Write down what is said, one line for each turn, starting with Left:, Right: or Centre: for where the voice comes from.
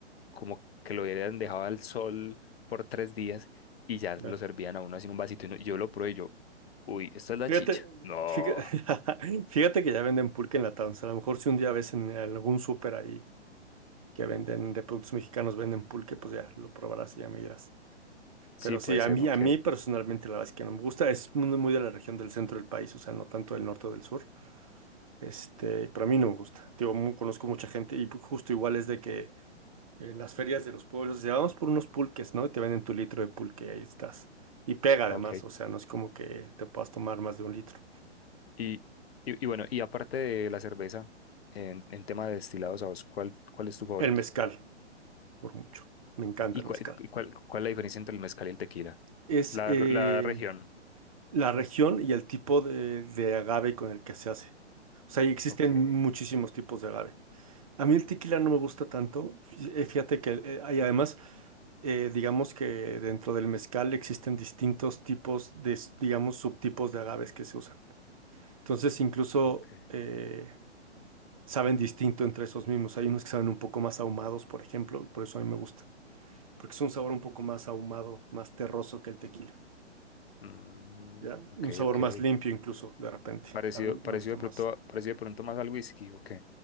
Left: como que lo hubieran dejado al sol por tres días y ya
Right: ya.
Left: lo servían a uno así en un vasito. Y no- yo lo probé y yo, uy, esta es la
Right: Fíjate,
Left: chicha. No,
Right: fíjate, <laughs> fíjate que ya venden pulque en la tanza. A lo mejor si un día ves en algún súper ahí que venden de productos mexicanos, venden pulque, pues ya lo probarás y ya me dirás.
Left: sí
Right: Pero
Left: puede
Right: sí, a
Left: ser,
Right: mí,
Left: ok,
Right: a mí personalmente la verdad es que no me gusta. Es muy muy de la región del centro del país, o sea, no tanto del norte o del sur. Este, pero a mí no me gusta. Digo, mu- conozco mucha gente y pu- justo igual es de que en las ferias de los pueblos, ya vamos por unos pulques, ¿no? Y te venden tu litro de pulque y ahí estás. Y pega además,
Left: ok.
Right: o sea, no es como que te puedas tomar más de un litro.
Left: Y, y, y bueno, y aparte de la cerveza, en, en tema de destilados, ¿a vos cuál, cuál es tu favorito?
Right: El mezcal, por mucho. Me encanta
Left: ¿Y
Right: el
Left: cuál,
Right: mezcal.
Left: cuál, cuál es la diferencia entre el mezcal y el tequila?
Right: Es
Left: La,
Right: eh,
Left: la región.
Right: la región y el tipo de, de agave con el que se hace. O sea, y existen
Left: Ok,
Right: muchísimos tipos de agave. A mí el tequila no me gusta tanto. Fí- eh, Fíjate que eh, hay además, eh, digamos que dentro del mezcal existen distintos tipos de, s- digamos, subtipos de agaves que se usan. Entonces, incluso
Left: ok.
Right: eh, saben distinto entre esos mismos. Hay unos que saben un poco más ahumados, por ejemplo, y por eso a mí me gusta. Porque es un sabor un poco más ahumado, más terroso que el tequila,
Left: Mm,
Right: ¿ya?
Left: ok,
Right: Un sabor
Left: ok.
Right: más limpio incluso, de repente.
Left: Parecido,
Right: A mí
Left: parecido
Right: me gusta
Left: de
Right: más.
Left: pronto, parecido de pronto más al whisky, ok.